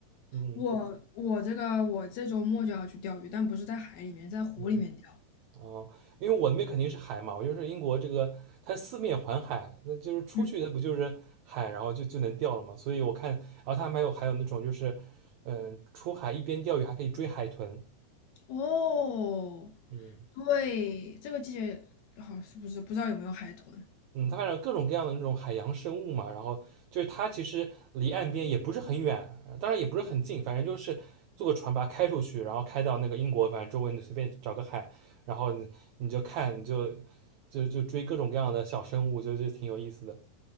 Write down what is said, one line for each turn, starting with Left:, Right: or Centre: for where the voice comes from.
Right: 嗯
Left: 我我这个我这周末就要去钓鱼，但不是在海里面，在湖里面钓。
Right: 嗯哦，因为我那边肯定是海嘛，我就是英国这个，它四面环海，那就是出去它不就是海，
Left: 嗯，
Right: 然后就就能钓了嘛。所以我看，然后它还有还有那种就是，嗯、出海一边钓鱼还可以追海豚，
Left: 哦，
Right: 嗯
Left: 对，这个季节好是不是不知道有没有海豚？
Right: 嗯，它反正各种各样的那种海洋生物嘛。然后就是它其实离岸边也不是很远，呃当然也不是很近，反正就是坐个船把它开出去，然后开到那个英国，反正周围你随便找个海，然后你你就看，你就就就追各种各样的小生物，就就挺有意思的，